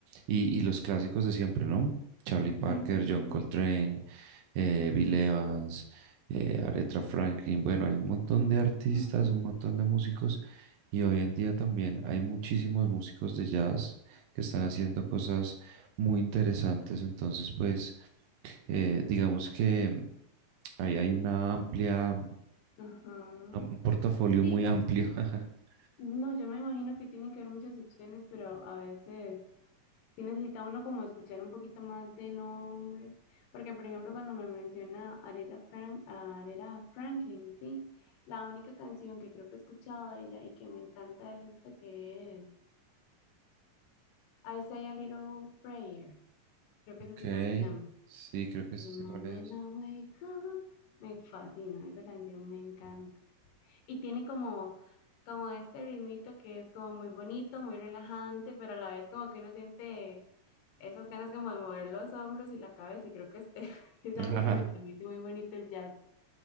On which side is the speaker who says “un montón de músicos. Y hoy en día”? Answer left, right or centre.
Right